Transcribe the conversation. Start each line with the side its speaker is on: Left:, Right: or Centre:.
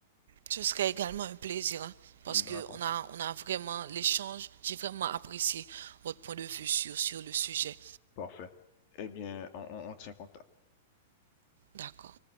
Right: Ce serait également un plaisir, hein, parce
Left: D'accord,
Right: que on a, on a vraiment l'échange. J'ai vraiment apprécié votre point de vue sur, sur le sujet.
Left: parfait. Eh bien, on on- on tient contact.
Right: D'accord.